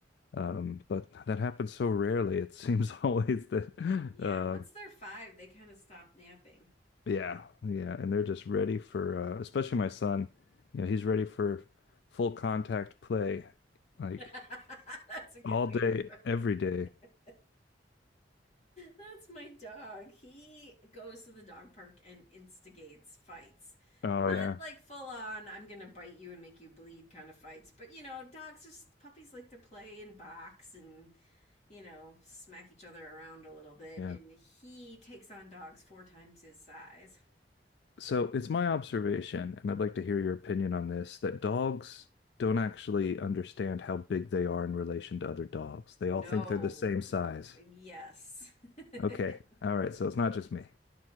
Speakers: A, on the left (about 65°); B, on the left (about 40°).
A: Um, but that happens so rarely. It seems <laughs> always that
B: Yeah,
A: uh,
B: once they're five, they kind of stop napping.
A: Yeah, yeah, and they're just ready for uh, especially my son. You know, he's ready for full contact play
B: <laughs>
A: like
B: That's a good
A: all
B: way
A: day,
B: to put
A: every
B: it.
A: day.
B: <laughs> That's my dog. He goes to the dog park and instigates fights.
A: Oh
B: Not
A: yeah.
B: like full on, I'm gonna bite you and make you bleed kind of fights, but you know, dogs just puppies like to play and box and, you know, smack each other around a little bit.
A: Yeah.
B: And he takes on dogs four times his size.
A: So it's my observation, and I'd like to hear your opinion on this, that dogs don't actually understand how big they are in relation to other dogs. They all think
B: No.
A: they're the same size.
B: Yes. <laughs>
A: Okay. All right, so it's not just me.